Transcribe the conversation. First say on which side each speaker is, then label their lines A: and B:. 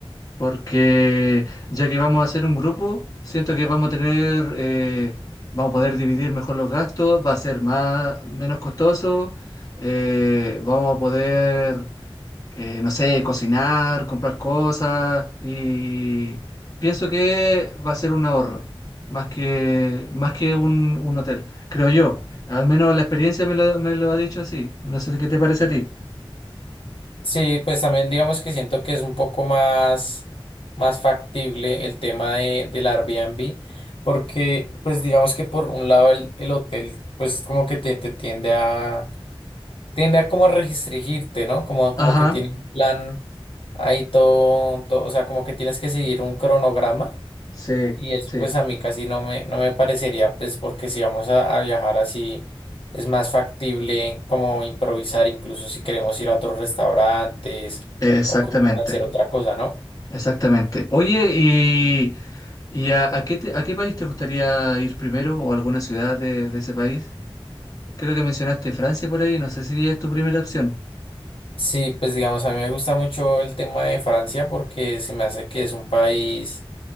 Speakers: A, on the left; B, on the left.
A: porque ya que vamos a hacer un grupo, siento que vamos a tener, eh, vamos a poder dividir mejor los gastos, va a ser más, menos costoso, eh, vamos a poder eh, no sé, cocinar, comprar cosas y pienso que va a ser un ahorro, más que, más que un, un hotel, creo yo. Al menos la experiencia me lo, me lo ha dicho así. No sé si, qué te parece a ti.
B: Sí, pues también digamos que siento que es un poco más, más factible el tema de, del Airbnb, porque pues digamos que por un lado el, el hotel pues como que te, te tiende a, tiende a como restringirte, ¿no? Como,
A: Ajá,
B: como que tiene un plan ahí todo, todo, o sea, como que tienes que seguir un cronograma.
A: sí,
B: Y eso
A: sí,
B: pues a mí casi no me, no me parecería, pues porque si vamos a, a viajar así, es más factible como improvisar, incluso si queremos ir a otros restaurantes
A: exactamente,
B: o queremos hacer otra cosa, ¿no?
A: exactamente. Oye, ¿y, y a, a qué te- a qué país te gustaría ir primero o alguna ciudad de, de ese país? Creo que mencionaste Francia por ahí, no sé si es tu primera opción.
B: Sí, pues digamos, a mí me gusta mucho el tema de Francia porque se me hace que es un país,